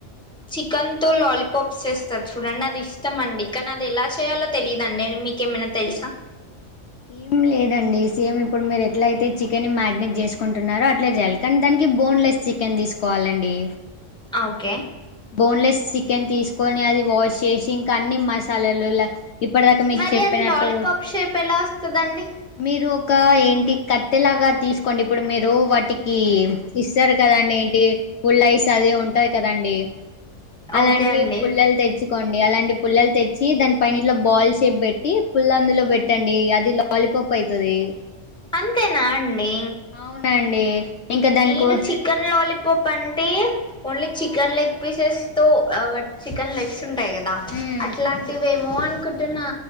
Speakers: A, in the centre; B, on the left (about 65°).
A: చికెన్తో లాలీపాప్స్ చేస్తారు చూడండి అది ఇష్టం అండి కానీ అది ఎలా చేయాలో తెలియదాండి అ మీకేమైనా తెలుసా
B: ఏం లేదండి సేమ్ ఇప్పుడు మీరు ఎట్లా అయితే చికెన్ మ్యాగ్నేట్ చేసుకుంటున్నారో అట్ అట్లే చేయాలి కానీ దానికి బోన్లెస్ చికెన్ తీసుకోవాలండి
A: ఆ ఓకే
B: బోన్లెస్ చికెన్ తీసుకొని అది వాష్ చేసి ఇంకా అన్ని మసాలాలు ల ఇప్పటిదక మీకు
A: మరి
B: చెప్పినట్టు
A: అది లాలీపాప్ షేప్ ఎలా వస్తదండి
B: మీరు ఒక ఏంటి కట్టెలాగా తీసుకు కోండి ఇప్పుడు మీరు వాటికి ఇస్తారు కదండి ఏంటి ఫుల్ రైస్ అది ఉంటది కదండీ అలాంటి
A: ఓకే అండి
B: పుల్లలు తెచ్చుకోండి అలాంటి పుల్ల వచ్చి దాని పైన ఇట్లా బాల్ షేప్ బెట్టి ట్టి పుల్ల అందులో పె ఎట్టండి అది లాలీపప్ అయితది
A: అంతేనా అండి
B: అవునండి ఇంకా దానికో
A: నేను చికెన్ లాలిప్ పాప్ అంటే ఓన్లీ చికెన్ లెగ్ పీసెస్ తో చికెన్ లెగ్స్ ఉంటాయి కదా
B: మ్మ్
A: అట్లాంటివి వేమో అనుకుంటున్నా